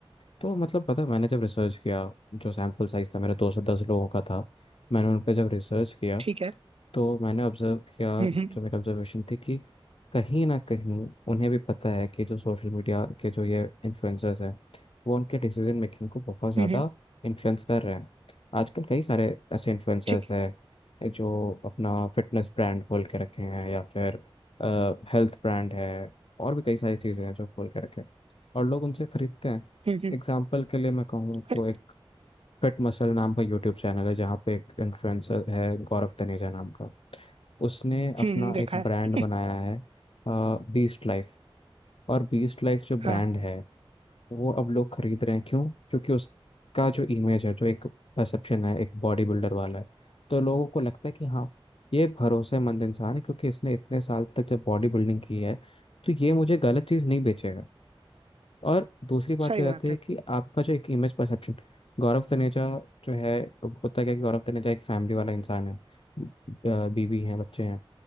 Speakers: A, on the left; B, on the right.
A: तो मतलब पता है मैंने जब रिसर्च किया जो सैम्पल साइज था मेरा दो सौ दस लोगों का था मैंने उन पर जब रिसर्च किया
B: ठीक है
A: तो मैंने ऑब्जर्व किया
B: हम्म हम्म
A: जो मेरी ऑब्जर्वेशन थी कि कहीं ना कहीं उन्हें भी पता है कि जो सोशल मीडिया के जो ये इन्फ्लुएंसर्स हैं वो उनके डिसीजन मेकिंग को बहुत ज़्यादा
B: हम्म, हम्म,
A: इन्फ्लुएंस कर रहे हैं आजकल कई सारे ऐसे इन्फ्लुएंसर्स
B: ठीक है
A: हैं जो अपना फिटनेस ब्रांड खोल के रखे हैं या फिर हेल्थ ब्रांड है और भी कई सारी चीज़ें हैं जो खोल के रखे हैं और लोग उनसे खरीदते हैं
B: हम्म हम्म
A: एग्जाम्पल के लिए मैं कहूँ
B: अरे
A: तो एक फिट मसल नाम का यूट्यूब चैनल है जहाँ पे एक इन्फ्लुएंसर है गौरव तनेजा नाम का उसने अपना
B: हम्म हम्म, देखा
A: एक
B: है
A: ब्रांड बनाया है बीस्ट लाइफ और बीस्ट लाइफ जो ब्रांड
B: हाँ
A: है वो अब लोग खरीद रहे हैं क्यों क्योंकि उसका जो इमेज है जो एक परसेप्शन है एक बॉडी बिल्डर वाला है तो लोगों को लगता है कि हाँ ये भरोसेमंद इंसान है क्योंकि इसने इतने साल तक जब बॉडी बिल्डिंग की है तो ये मुझे गलत चीज़ नहीं बेचेगा और दूसरी बात
B: सही
A: पे जाती
B: बात
A: है
B: है
A: कि आपका जो एक इमेज परसेप्शन गौरव तनेजा जो है होता क्या है कि गौरव तनेजा एक फैमिली वाला इंसान है अ, बीवी है बच्चे हैं